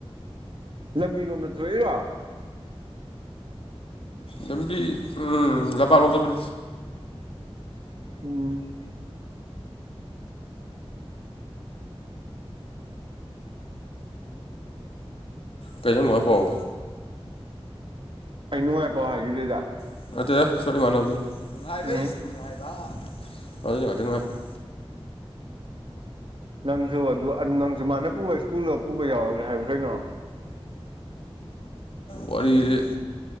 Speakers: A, on the right; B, on the left.
A: ꯂꯝꯕꯤꯔꯣꯝꯗ ꯊꯣꯛꯏꯔꯣ
B: ꯂꯝꯕꯤ ꯑꯝ ꯂꯝꯄꯥꯛꯂꯣꯝ ꯆꯠꯄ
A: ꯎꯝ
B: ꯀꯩꯩꯅ ꯅꯨꯡꯉꯥꯏ ꯄꯥꯎ
A: ꯑꯩ ꯅꯨꯡꯉꯥꯏ ꯄꯥꯎ ꯍꯥꯏꯈꯤꯗꯦꯗ
B: <unintelligible>
A: ꯎꯝ ꯅꯪꯁꯨ ꯑꯗꯨ ꯅꯪꯁꯨ ꯃꯥꯅ ꯄꯨꯕ ꯁ꯭ꯀꯨꯜꯗ ꯄꯨꯕ ꯌꯥꯎꯔꯒꯦ ꯍꯥꯏꯌꯨ ꯀꯩꯅꯣ
B: ꯋꯥꯔꯤꯗꯤ